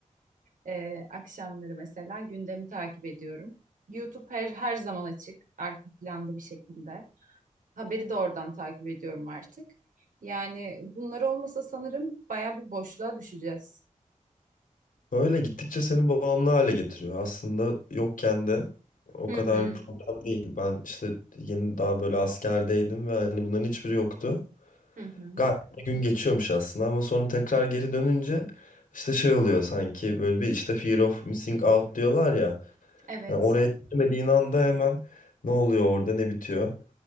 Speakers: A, on the right; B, on the left.
A: Ee, akşamları mesela gündemi takip ediyorum. YouTube her, her zaman açık. Arka planda bir şekilde. Haberi de oradan takip ediyorum artık. Yani bunlar olmasa sanırım baya bir boşluğa düşeceğiz.
B: Öyle gittikçe seni bağımlı hale getiriyor. Aslında yokken de o
A: Hı
B: kadar
A: hı.
B: problem değil. Ben işte yeni daha böyle askerdeydim ve hani bunların hiçbiri yoktu.
A: Hı hı.
B: Gayet bir gün geçiyormuş aslında ama sonra tekrar geri dönünce işte şey oluyor sanki böyle bir işte fear of missing out diyorlar ya.
A: Evet.
B: Hani oraya gitmediğin anda hemen ne oluyor orada ne bitiyor.